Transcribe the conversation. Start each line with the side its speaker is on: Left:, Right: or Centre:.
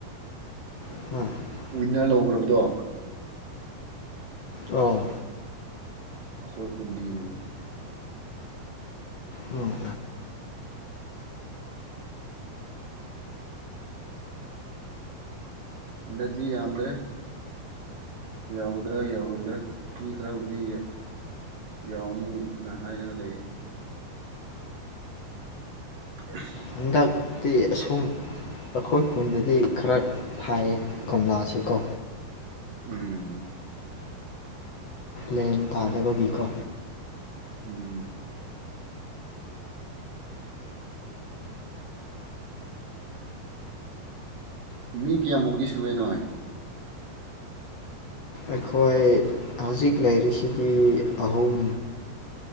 Left: <unintelligible>
Right: ꯋꯤꯟꯅꯔ ꯂꯧꯒ꯭ꯔꯕꯗꯣ
Left: ꯑꯣ
Right: ꯑꯈꯣꯏ ꯈꯨꯟꯗꯒꯤꯅꯤ <unintelligible>
Left: ꯑꯣ ꯑꯣ
Right: ꯍꯟꯗꯛꯗꯤ ꯌꯥꯝꯗ꯭ꯔꯦ ꯌꯥꯎꯒꯗ꯭ꯔꯥ ꯌꯥꯎꯔꯣꯏꯗ꯭ꯔꯥ ꯃꯤ ꯈꯔꯕꯨꯗꯤ ꯌ ꯌꯥꯎꯅꯤ ꯅ ꯍꯥꯏꯔꯒ ꯂꯩꯌ‌ꯦ <unintelligible>
Left: ꯍꯟꯗꯛ ꯇꯤ ꯑꯁꯨꯝ ꯑꯩꯈꯣꯏ ꯈꯨꯟꯗꯗꯤ ꯈꯔ ꯊꯥꯏꯌꯦ ꯀꯣꯝꯂꯥꯁꯦ ꯀꯣ
Right: ꯎꯝ
Left: ꯂꯦꯟ ꯇꯥꯗꯕꯒꯤꯀꯣ
Right: ꯎꯝ ꯃꯤ ꯀꯌꯥꯃꯨꯛꯗꯤ ꯁꯨꯔꯦ ꯅꯣꯏ
Left: ꯑꯩꯈꯣꯏ ꯍꯧꯖꯤꯛ ꯂꯩꯔꯤꯁꯤꯗꯤ ꯑꯍꯨꯝ